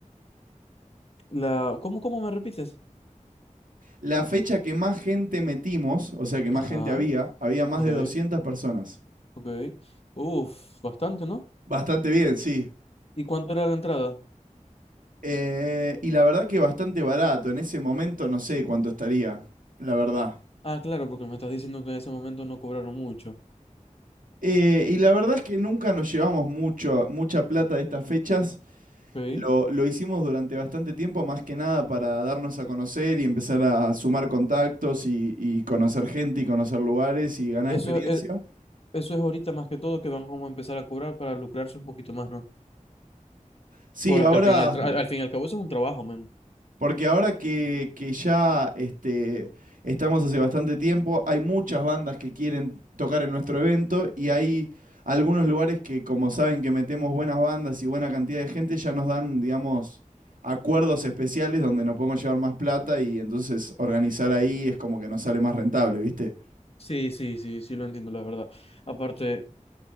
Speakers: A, on the left; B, on the right.
A: La... ¿Cómo, cómo me repites?
B: La fecha que más gente metimos, o sea, que más
A: Ajá,
B: gente había, había más
A: ok,
B: de 200 personas.
A: ok. Uf, bastante, ¿no?
B: Bastante bien, sí.
A: ¿Y cuánto era la entrada?
B: Eh, y la verdad que bastante barato. En ese momento no sé cuánto estaría, la verdad.
A: Ah, claro, porque me estás diciendo que en ese momento no cobraron mucho.
B: Eh, y la verdad es que nunca nos llevamos mucho, mucha plata de estas fechas.
A: Ok.
B: Lo, lo hicimos durante bastante tiempo, más que nada para darnos a conocer y empezar a sumar contactos y, y conocer gente y conocer lugares y ganar
A: Eso
B: experiencia.
A: es, eso es ahorita más que todo que van como a empezar a cobrar para lucrarse un poquito más, ¿no?
B: Sí,
A: Porque
B: ahora
A: al fin y al, tra- al fin y al cabo eso es un trabajo, man.
B: Porque ahora que, que ya este, estamos hace bastante tiempo, hay muchas bandas que quieren tocar en nuestro evento y hay algunos lugares que, como saben que metemos buenas bandas y buena cantidad de gente, ya nos dan, digamos, acuerdos especiales donde nos podemos llevar más plata y entonces organizar ahí es como que nos sale más rentable, ¿viste?
A: Sí, sí, sí, sí lo entiendo, la verdad. Aparte,